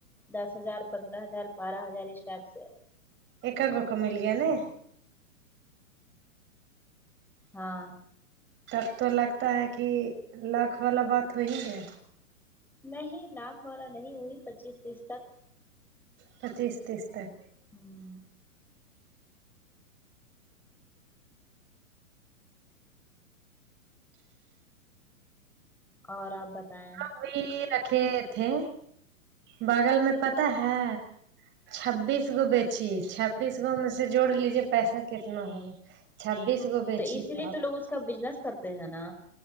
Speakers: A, in the centre; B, on the right.
A: دس ہزار پندرہ ہزار بارہ ہزار اس ٹیپ سے
B: ایک کا گوکا مل گیا نے
A: ہاں
B: تب تو لگتا ہے کہ لاکھ والا بات ہو ہی گیا
A: نہیں لاکھ والا نہیں وہی پچیس تیس تک
B: پچیس تیس تک
A: ہوں اور آپ بتائیں
B: کوئی رکھے تھے بغل میں پتا ہے چھبیس گو بیچی چھبیس ان میں سے جوڑ لیجے پیسا کتنا ہوگا چھبیس گو بیچی
A: تو اسی لیے
B: آپ
A: تو لوگ اس کا بزنس کرتے ہیں نا